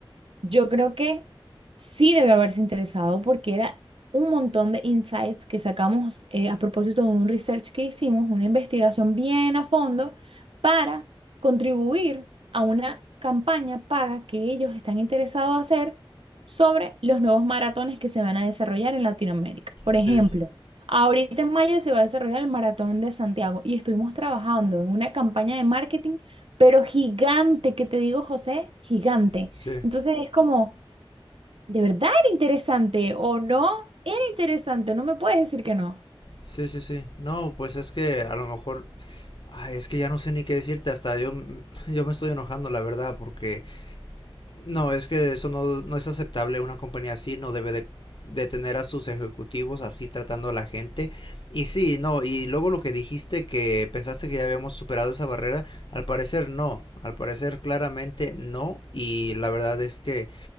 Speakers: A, on the right (about 75°); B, on the left (about 60°).
A: Yo creo que sí debe haberse interesado porque era un montón de insights que sacamos eh, a propósito de un research que hicimos, una investigación bien a fondo para contribuir a una campaña paga que ellos están interesados a hacer sobre los nuevos maratones que se van a desarrollar en Latinoamérica. Por ejemplo,
B: Sí,
A: ahorita en mayo se va a desarrollar el Maratón de Santiago y estuvimos trabajando en una campaña de marketing, pero gigante, que te digo, José, gigante
B: sí,
A: entonces es como, ¿de verdad era interesante o no? Era interesante, no me puedes decir que no.
B: sí, sí, sí. No, pues es que a lo mejor, ay, es que ya no sé ni qué decirte, hasta yo, m- <laughs> yo me estoy enojando, la verdad, porque No, es que eso no, no es aceptable. Una compañía así no debe de, de tener a sus ejecutivos así tratando a la gente. Y sí, no, y luego lo que dijiste que pensaste que ya habíamos superado esa barrera, al parecer no, al parecer claramente no. Y la verdad es que